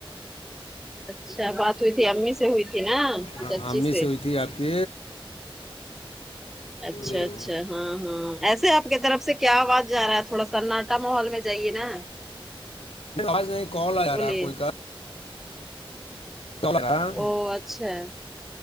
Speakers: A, in the centre; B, on the left (about 85°).
A: اچھا بات ہوئی تھی امی سے ہوئی تھی ناں
B: ہاں
A: چاچی
B: امی
A: سے
B: ہوئی تھی آپ کی
A: اچھا
B: ایک
A: اچھا ہاں ہاں ایسے آپ کی طرف سے کیا آواز جا رہا ہے تھوڑا سناٹا ماحول میں جائیے ناں
B: آج نہیں کال آ جا
A: بولیے
B: رہا ہے کوئی کر آ رہا
A: او اچھا